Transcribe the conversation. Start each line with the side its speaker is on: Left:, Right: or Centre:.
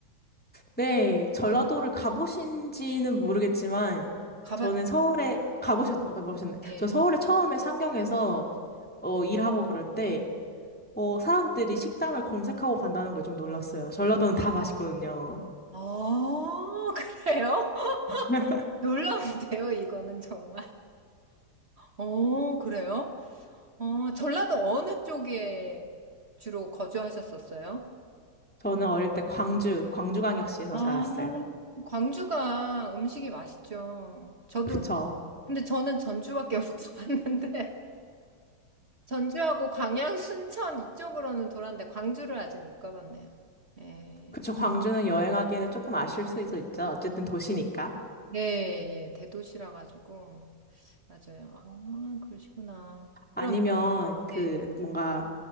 Centre: 네, 전라도를 가보신지는 모르겠지만,
Right: 가봤
Centre: 저는 서울에, 가보셨, 어, 가보셨네.
Right: 예.
Centre: 저 서울에 처음에 상경해서, 어, 일하고 그럴 때, 어, 사람들이 식당을 검색하고 간다는 걸 좀 놀랐어요. 전라도는 다 맛있거든요.
Right: 아, 그래요? <laughs>
Centre: <laughs>
Right: 놀라운데요, 이거는 정말. 어, 그래요? 어, 전라도 어느 쪽에 주로 거주하셨었어요?
Centre: 저는 어릴 때 광주, 광주광역시에서
Right: 아,
Centre: 자랐어요.
Right: 광주가 음식이 맛있죠. 저도,
Centre: 그쵸.
Right: 근데 저는 전주밖에 못 가봤는데, <laughs> 전주하고 광양, 순천 이쪽으로는 돌았는데, 광주를 아직 못 가봤네요. 예.
Centre: 그쵸. 광주는 여행하기에는 조금 아쉬울 수 있어 있죠. 어쨌든 도시니까.
Right: 네, 예, 대도시라 가지고. 맞아요. 아, 그러시구나.
Centre: 아니면
Right: 그럼,
Centre: 그
Right: 예,
Centre: 뭔가